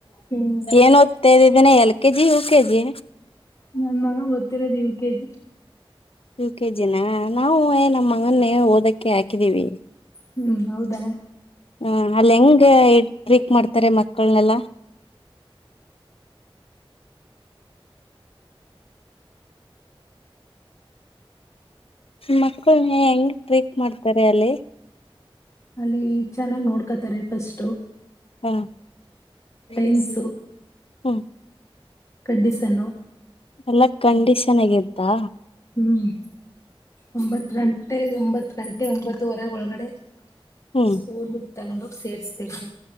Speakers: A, on the left; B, on the left.
A: ಹ್ಮ್
B: ಏನ್ ಓದ್ತಾ ಇದ್ದಿದ್ದೀನಿ ಎಲ್ ಕೆಜಿ ಯ ಕೆಜಿ.
A: ನನ್ ಮನ ಓತ್ತಿರೋದು U K G.
B: U V K ಜಿನ ನಾವು ಏ ನಮ್ಮ ಮಗನ್ನೇ ಓದಕ್ಕೆ ಹಾಕಿದೀವಿ.
A: ಹ್ಮ್ ಹೌದಾ.
B: ಹ ಅಲ್ಲಿ ಹೆಂಗ ಟ್ರೀಕ್ ಮಾಡ್ತಾರೆ ಮಕ್ಕಳನೆಲ್ಲಾ. ಮಕ್ಳ ಹೆಂಗ್ ಟ್ರೀಕ್ ಮಾಡ್ತಾರೆ ಅಲ್ಲಿ.
A: ಅಲ್ಲಿ ಚೆನ್ನಾಗಿ ನೋಡ್ಕೋತಾರೆ ಫಸ್ಟ್.
B: ಹಾಂ...... ಹ್ಞೂ.
A: ಟೈಮ್ಸು ಕಂಡೀಷನ್ನು
B: ಎಲ್ಲ ಕಂಡೀಷನ್ ಆಗಿತ್ತಾ.
A: ಹ್ಮ್ ಒಂಬತ್ ಗಂಟೆ ಒಂಬತ್ ಗಂಟೆ. ಒಂಬತ್ತುವರೆ ಒಳಗಡೆ
B: ಹ್ಮ್
A: ಸ್ಕೂಲ್ ಬಿಟ್ಟು ತಗೊಂಡ ಹೋಗಿ ಸೇರ್ಸ್ಬೇಕು.